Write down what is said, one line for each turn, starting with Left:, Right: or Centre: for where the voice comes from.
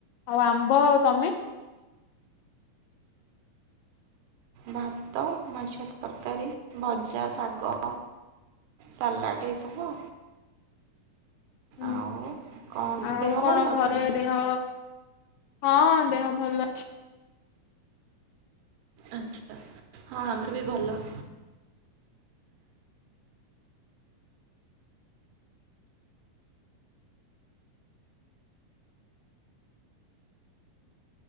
Left: ଆଉ ଆମ୍ବ ଆଉ ତମେ?
Right: ଭାତ ମାଛ ତରକାରୀ। ଭଜା ଶାଗ ସାଲାଟ ଏସବୁ।
Left: ହୁଁ
Right: ଆଉ କ'ଣ
Left: ଆଉ
Right: ଦେହ
Left: କଣ
Right: ଭଲ
Left: ଘରେ
Right: ସବୁ
Left: ଦେହ ହଁ ଦେହ ଭଲ
Right: ଆଛା ହଁ ଆମର ବି ଭଲ।